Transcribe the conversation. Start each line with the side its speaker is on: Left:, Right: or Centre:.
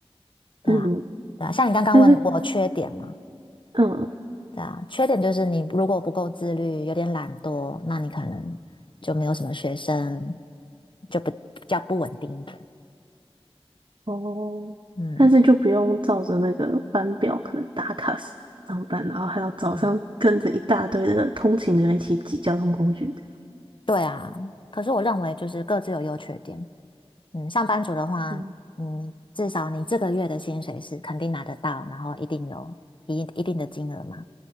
Left: 对啊，
Right: 嗯，
Left: 对啊，像你刚刚问我缺点嘛，
Right: 但是嗯
Left: 对啊，缺点就是你如果不够自律，有点懒惰，那你可能就没有什么学生，就不比较不稳定一点。
Right: 哦，
Left: 嗯
Right: 但是就不用照着那个班表可能打卡上班，然后还要早上跟着一大堆的通勤的人一起挤交通工具。
Left: 嗯，
Right: 的。
Left: 对啊。可是我认为就是各自有优缺点，嗯，上班族的话，
Right: 嗯，
Left: 嗯，至少你这个月的薪水是肯定拿得到，然后一定有一一定的金额嘛。